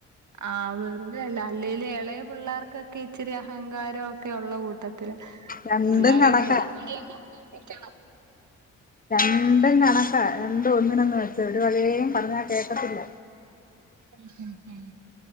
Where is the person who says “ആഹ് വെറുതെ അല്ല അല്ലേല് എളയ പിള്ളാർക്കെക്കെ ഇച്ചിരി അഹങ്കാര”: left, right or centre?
Right